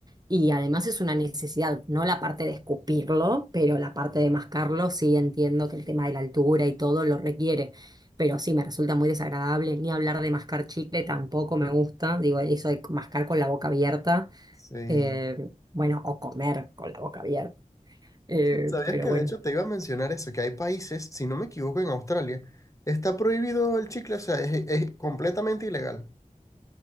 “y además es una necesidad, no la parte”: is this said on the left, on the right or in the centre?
Right